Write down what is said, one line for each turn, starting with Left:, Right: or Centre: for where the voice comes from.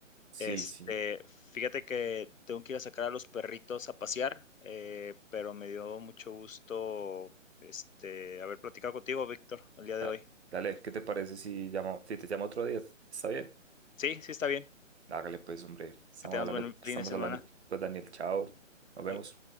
Right: Sí,
Left: Este,
Right: sí.
Left: fíjate que tengo que ir a sacar a los perritos a pasear, eh, pero me dio mucho gusto este, haber platicado contigo, Víctor, el día
Right: Dale,
Left: de hoy.
Right: dale, ¿qué te parece si llamo, si te llamo otro día? ¿Está bien?
Left: Sí, sí está bien.
Right: Hágale pues, hombre. Estamos
Left: Que tengas
Right: hablando,
Left: buen
Right: estamos
Left: fin de semana.
Right: hablando, pues Daniel, chao. Nos vemos.
Left: Bye.